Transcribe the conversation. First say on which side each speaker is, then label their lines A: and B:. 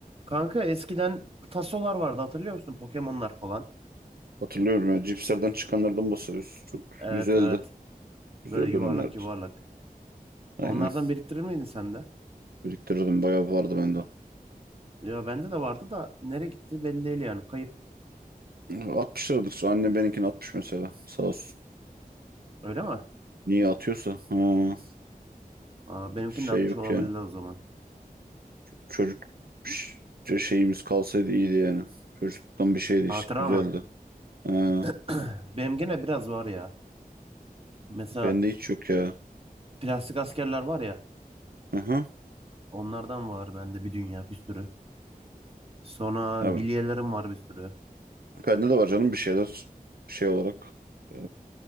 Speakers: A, on the right; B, on the right.
A: Kanka eskiden tasolar vardı hatırlıyor musun? Pokemon'lar falan.
B: Hatırlıyorum ya cipslerden çıkanlardan bahsediyorsun. Çok
A: Evet
B: güzeldi.
A: evet.
B: Güzel
A: Böyle yuvarlak
B: dönemlerdi.
A: yuvarlak.
B: Aynen.
A: Onlardan biriktirir miydin sen de?
B: Biriktirirdim bayağı vardı bende.
A: Ya bende de vardı da nereye gitti belli değil yani. Kayıp.
B: 60 liradır. Annem benimkini 60 mesela. Sağ olsun.
A: Öyle mi?
B: Niye atıyorsa. Ha,
A: Aa, benimkini
B: şey
A: de atmış
B: yok
A: olabilirler
B: yani.
A: o zaman.
B: Çocuk ş- şeyimiz kalsaydı iyiydi yani. Çocukluktan bir şeydi
A: Hatıra
B: işte güzeldi.
A: mı?
B: Ha,
A: <clears throat> Benim gene biraz var ya. Mesela
B: bende hiç yok ya.
A: plastik askerler var ya.
B: Hı hı.
A: Onlardan var bende bir dünya bir sürü. Sonra
B: Abi,
A: bilyelerim var bir sürü.
B: bende de var canım bir şeyler şey olarak. e,